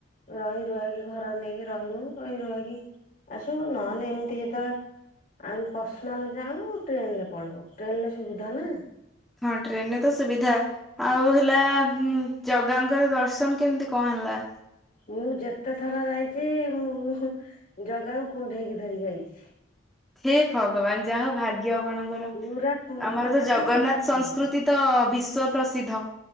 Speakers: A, on the left; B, in the centre.
A: ରହି ରୁହାକି ଘର ନେଇକି ରହିମୁ ରହି ରୁହାକି ଆସିବ ନହେନେ ଏମିତି ଯେତେବେଳେ ଆମେ ପର୍ସନାଲ ଯାଉ ଟ୍ରେନରେ ପଳଉ ଟ୍ରେନରେ ସୁବିଧା ନା।
B: ହଁ ଟ୍ରେନରେ ତ ସୁବିଧା ଆଉ ହେଲା ଉଁ ଜଗାଙ୍କର ଦର୍ଶନ କେମିତି କଣ ହେଲା?
A: ମୁଁ ଯେତେ ଥର ଯାଇଚି ମୁଁ ଜଗାକୁ କୁଣ୍ଢେଇକି ଧରିକି ଆଇଚି।
B: ହେ ଭଗବାନ ଯା ହଉ ଭାଗ୍ୟ ଆପଣଙ୍କର।
A: ପୁରା
B: ଆମର
A: ମାନେ
B: ତ ଜଗନ୍ନାଥ
A: ତାଙ୍କ ପାଖରେ
B: ସଂସ୍କୃତି ତ ବିଶ୍ଵ ପ୍ରସିଦ୍ଧ